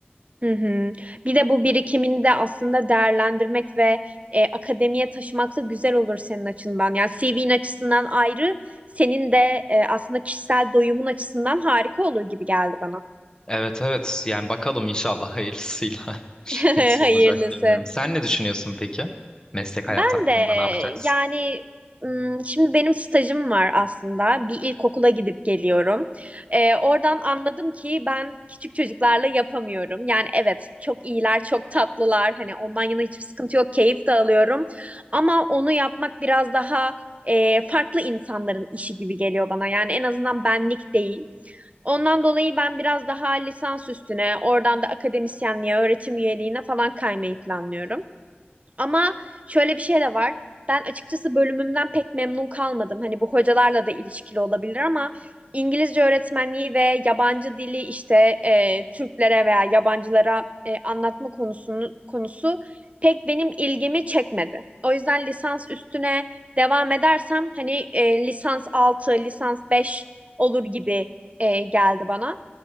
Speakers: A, on the right (about 35°); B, on the left (about 20°).
A: Hı hı. Bir de bu birikimini de aslında değerlendirmek ve e, akademiye taşımak da güzel olur senin açından. Yani CV'nin açısından ayrı, senin de e, aslında kişisel doyumun açısından harika olur gibi geldi bana.
B: Evet evet yani bakalım inşallah hayırlısıyla <laughs>
A: <laughs>
B: nasıl
A: Hayırlısı.
B: olacak bilmiyorum. Sen ne düşünüyorsun peki? Meslek hayatı
A: Ben
B: hakkında
A: de
B: ne yapacaksın?
A: yani ım, şimdi benim stajım var aslında. Bir ilkokula gidip geliyorum. Ee, oradan anladım ki ben küçük çocuklarla yapamıyorum. Yani evet çok iyiler, çok tatlılar. Hani ondan yana hiçbir sıkıntı yok. Keyif de alıyorum. Ama onu yapmak biraz daha e, farklı insanların işi gibi geliyor bana. Yani en azından benlik değil. Ondan dolayı ben biraz daha lisans üstüne, oradan da akademisyenliğe, öğretim üyeliğine falan kaymayı planlıyorum. Ama şöyle bir şey de var. Ben açıkçası bölümümden pek memnun kalmadım. Hani bu hocalarla da ilişkili olabilir ama İngilizce öğretmenliği ve yabancı dili işte e, Türklere veya yabancılara e, anlatma konusunun konusu pek benim ilgimi çekmedi. O yüzden lisans üstüne devam edersem hani e, lisans 6 lisans 5 olur gibi e, geldi bana.